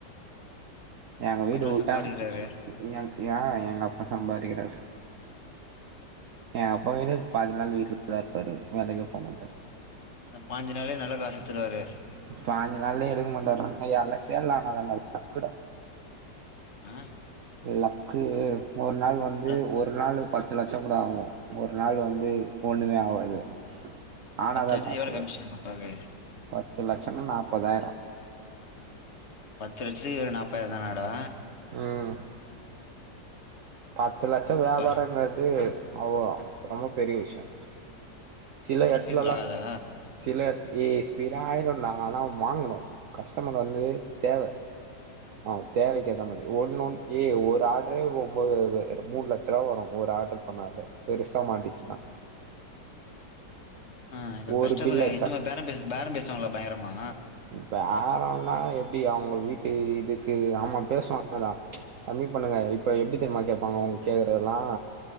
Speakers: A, on the left; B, on the right.
A: உங்க வீட்ல
B: எங்க
A: அப்பா
B: வீடு
A: நல்லா
B: உட்டாங்க
A: சம்பாரிக்கிறாரு.
B: எங் ஏ எங்க அப்பா சம்பாரிக்கிறாரு
A: ஆ
B: ஏ அப்பாவே பாதி நாள் வீட்லதா இருப்பாரு வேலைக்கே போ மாட்டாரு
A: அந்த பாஞ்சு நாளே நல்லா காசு எத்துருவாரு
B: பாஞ்சு நாள்லே எடுக்க மாட்டார்றா ஏய் அல்லா சேல் ஆனாதாண்டா லக்குடா
A: ஆ
B: லக்கு ஒரு நாள் வந்து
A: ஆ.
B: ஒரு நாளுக் பத்து லட்சோ கூட ஆவு ஒரு நாள் வந்து ஒன்னுமே ஆவாது ஆனாதா
A: பத்துலட்சத்துக்கு
B: காசு
A: எவ்ளோ கமிஷன் அப்பாக்கு
B: பத்து லட்சன்னா நாப்பதாயிரோ
A: பத்து லட்சத்துக்கு எவ்ளோ நாப்பதாயிரோ தானா டா
B: ம் பத்து லட்சோ வியாபாரோ
A: அப்பா
B: நடக்றது அவ்ளோ ரொம்ப பெரிய விஷ்யோ சில
A: அவ்வளோ
B: எடத்துலலா
A: சீக்கிரத்தில் ஆகாதா
B: சி சில எத் ஏ ஸ்பீட ஆயிடு நா ஆனா வாங்கணு கஸ்டமர் வந்து தேவ ஆ தேவைக்கேத்தா மாரி ஒன்னு ஒன்னு ஏ ஒரு ஆர்ட்ரே ஒம்போது மூணு லட்ச ரூவா வரு ஒரு ஆர்ட்ரு பண்ணாத பெருசா மாட்டிச்சுன்னா
A: ஆ இப்ப
B: ஒரு
A: கஷ்டமரு
B: பில் அச்சா
A: இந்த மாரி பேரம் பேசு பேரம் பேசுவாங்களா பயங்கரமா
B: பேரம்னா எப்படி அவுங்க வீட்டு இதுக்கு ஆமா பேசுவாங்கதான் கம்மி பண்ணுங்க இப்ப எப்படி தெரியுமா கேப்பாங்க அவுங்க கேக்குறதெல்லாம்